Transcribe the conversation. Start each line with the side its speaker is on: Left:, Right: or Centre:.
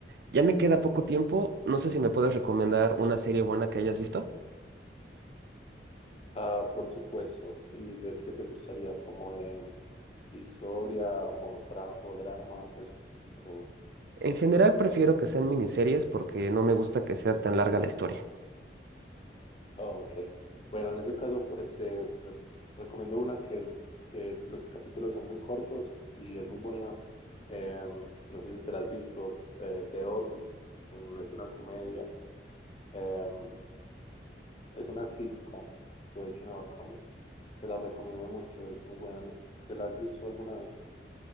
Right: ya me queda poco tiempo. No sé si me puedes recomendar una serie buena que hayas visto.
Left: Ah, por supuesto. ¿Y de qué te gustaría? ¿Como de historia o, tra- o drama? Pues, o...
Right: En general prefiero que sean miniseries porque no me gusta que sea tan larga la historia.
Left: Ok, bueno, en ese caso, pues eh, recomiendo una que, que los capítulos son muy cortos y es muy buena. Em, no sé si te la has visto, eh, The Office, mm, es una comedia, Em, es una sitcom, situational comedy. Te la recomiendo mucho, es muy buena. ¿no? ¿Te la has visto alguna vez?